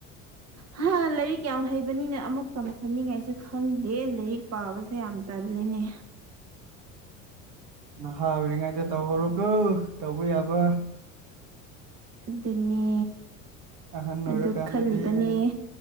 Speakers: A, on the right; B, on the right.
A: ꯍꯥ ꯂꯥꯏꯔꯤꯛ ꯌꯥꯝ ꯍꯩꯕꯅꯤꯅ ꯑꯃꯨꯛ ꯇꯝꯍꯟꯅꯤꯡꯉꯥꯏꯁꯦ ꯈꯪꯗꯦ ꯂꯥꯏꯔꯤꯛ ꯄꯥꯕ ꯁ ꯌꯥꯝ ꯇꯜꯂꯤꯅꯦ
B: ꯅꯍꯥ ꯑꯣꯏꯔꯤꯉꯩꯗ ꯇꯧꯍꯧꯔꯣꯒ ꯇꯧꯕ ꯌꯥꯕ
A: ꯑꯗꯨꯅꯦ
B: ꯑꯍꯟ ꯑꯣꯏꯔꯀꯥꯟꯗꯗꯤ
A: ꯑꯗꯨ ꯈꯜꯂꯤꯕꯅꯦ